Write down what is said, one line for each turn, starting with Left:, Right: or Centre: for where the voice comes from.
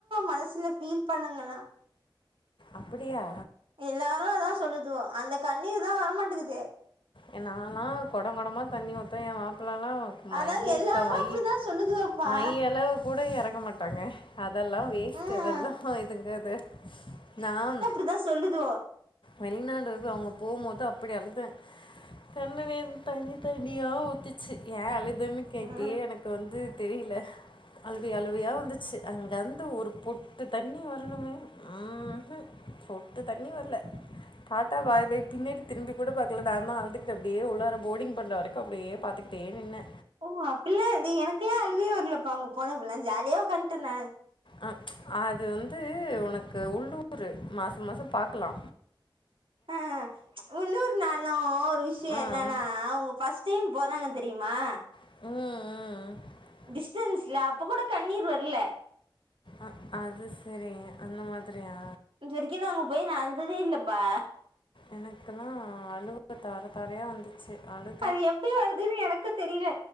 Right: மனசுல ஃபீல் பண்ணுங்களா
Left: அப்பிடியா
Right: எல்லாரு அதா சொல்லுது அந்த கண்ணீர் தா வரமாட்டுக்குதே
Left: எ நாலா கொடங்கொடமா தண்ணி ஊத்துவே எ மாப்ளலலா மையக்க
Right: அதா எல்லாரு
Left: மை
Right: அப்டிதா சொல்லுதுவோப்பா
Left: மையளவு கூட எறங்க மாட்டாங்க அதெல்லா வேஸ்ட்டு
Right: ம்
Left: அதெல்லா இதுங்காது நாம்
Right: அதா சொல்லுது
Left: வெளிநாடு தா அவுங்க போம்போது அப்பிடி அழுதே கண்ணுலேந் தண்ணி தண்ணியா ஊத்துச்சு ஏ அழுதேன் கேப்பியே
Right: ம்
Left: எனக் கு வந்து தெரில அழுவை அழுவையா வந்துச்சு அங்கர்ந்து ஒரு பொட்டு தண்ணி வர்னுமே உம் ஹும் சொட்டு தண்ணி வர்ல டாட்டா பாய்பாய் பின்னாடி திரும்பி கூட பாக்ல நாந்தா அழுதுக்ட்டு அப்டியே உள்ளார போர்டிங் பண்ற வரைக்கு அப்டியே பாத்துக்ட்டே நின்னே
Right: ஓ அப்பில்லா இது எனக்லா அழுவயே வர்லப்பா அவுங்க போனப்பல்லா ஜாலியா ஒக்கான்ட்டுன்னே
Left: ஆ அது வந்து ஒனக்கு உள்ளூரு மாச மாசொ பாக்லா
Right: ஆ உள்ளூர்னாலு ஒரு விஷ்யோ
Left: ஆ
Right: என்னன்னா அவுங்க ஃபஸ் டீம் போறாங்க தெரியுமா
Left: ம் ம் ம்
Right: டிஸ்ட்டன்ஸ்ல அப்பக் கூட கண்ணீர் வர்ல
Left: ஆ அது செரிங்க அந்த மாதிரியா
Right: இது வரைக்கு நா அவ்ங்க போய் நா அழுததே இல்லப்பா
Left: எனக்குலா அழுவ தார தாரயா வந்து சேர் ஆனா
Right: அது எப்டி வருதுன்னு எனக்கு தெரியல